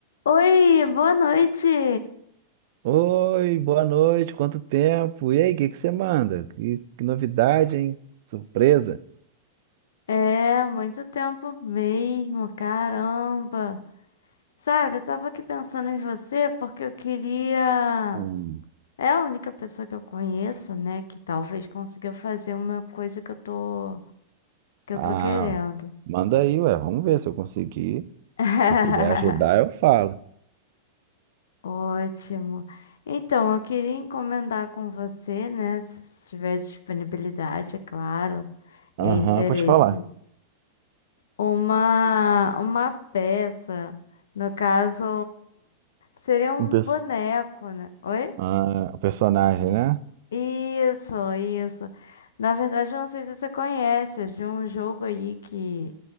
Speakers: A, on the left; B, on the right.
A: Oi, boa noite.
B: Oi, boa noite, quanto tempo? E aí, o que que você manda? Que, que novidade, hein? Surpresa?
A: É, muito tempo mesmo, caramba. Sabe, eu tava aqui pensando em você porque eu queria.
B: Hum.
A: É a única pessoa que eu conheço, né, que talvez consiga fazer uma coisa que eu tô que eu
B: Ah,
A: tô querendo.
B: manda aí, ué, vamos ver se eu conseguir.
A: <laughs>
B: Se eu puder ajudar, eu falo.
A: Ótimo. Então, eu queria encomendar com você, né, se você tiver disponibilidade, é claro,
B: Aham,
A: e interesse.
B: pode falar.
A: Uma, uma peça, no caso, seria um
B: Um perso-
A: boneco, né? Oi?
B: ah, o personagem, né?
A: Isso, isso. Na verdade, eu não sei se você conhece, é de um jogo aí que